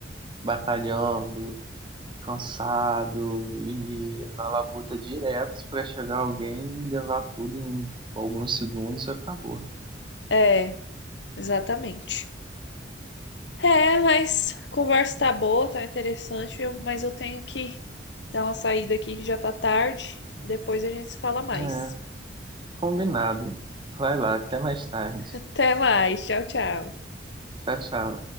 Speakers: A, on the right; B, on the left.
A: batalhando. cansado e na labuta direto pra chegar alguém e levar tudo em alguns segundos e acabou.
B: É, exatamente. É, mas a conversa tá boa, tá interessante, eu- mas eu tenho que dar uma saída aqui que já tá tarde. Depois a gente se fala mais.
A: É, combinado. Vai lá, até mais tarde.
B: Até mais, tchau, tchau.
A: Tchau, tchau.